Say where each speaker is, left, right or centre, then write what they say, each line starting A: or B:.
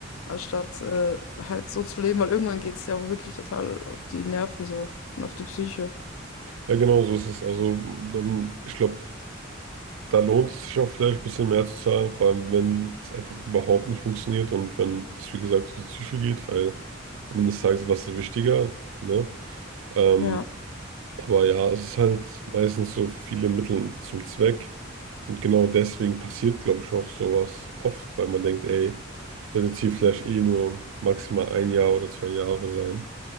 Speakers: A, on the left; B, on the right.
A: anstatt äh, halt so zu leben, weil irgendwann geht es ja auch wirklich total auf die Nerven so und auf die Psyche.
B: ja, genau so ist es. Also, dann, ich glaube, da lohnt es sich auch vielleicht ein bisschen mehr zu zahlen, vor allem, wenn es einfach überhaupt nicht funktioniert und wenn es, wie gesagt, um die Psyche geht, weil am Ende des Tages, was ist wichtiger, ne? Ähm,
A: Ja.
B: aber ja, es ist halt meistens so für viele Mittel zum Zweck. Und genau deswegen passiert, glaube ich, auch sowas oft, weil man denkt, ey, ich werde jetzt hier vielleicht eh nur maximal ein Jahr oder zwei Jahre sein